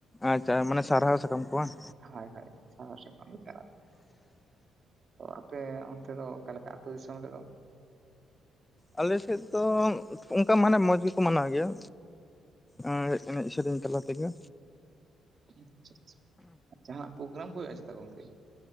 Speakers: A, on the left (about 15°); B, on the right (about 45°).
A: ᱟᱪᱪᱷᱟ ᱢᱟᱱᱮ ᱥᱟᱨᱦᱟᱣ ᱥᱟᱠᱟᱢ ᱠᱚ ᱵᱟᱝᱼᱼ
B: ᱦᱟᱭ ᱦᱟᱭ ᱥᱟᱨᱦᱟᱣ ᱜᱮ ᱪᱟᱨᱟᱼᱼ ᱛᱚ ᱟᱯᱮ ᱚᱱᱛᱮ ᱫᱚ ᱚᱠᱟ ᱞᱮᱠᱟ ᱟᱛᱳ ᱫᱤᱥᱚᱢ ᱨᱮ ᱫᱚᱼᱼ
A: ᱟᱞᱮ ᱥᱮᱫ ᱫᱚ ᱚᱱᱠᱟ ᱢᱟᱱᱮ ᱢᱚᱡᱽ ᱜᱮ ᱠᱚ ᱢᱟᱱᱟᱣ ᱜᱮᱭᱟ ᱮ ᱮᱱᱮᱡ ᱥᱮᱨᱮᱧ ᱛᱟᱞᱟ ᱛᱮ ᱜᱮ᱾
B: ᱟᱪᱪᱷᱟ ᱟᱪᱪᱷᱟ ᱡᱟᱦᱟᱸ ᱯᱨᱳᱜᱨᱟᱢ ᱠᱚ ᱦᱩᱭᱩᱜᱼᱟ ᱪᱮᱛᱟ ᱜᱚᱝᱠᱮ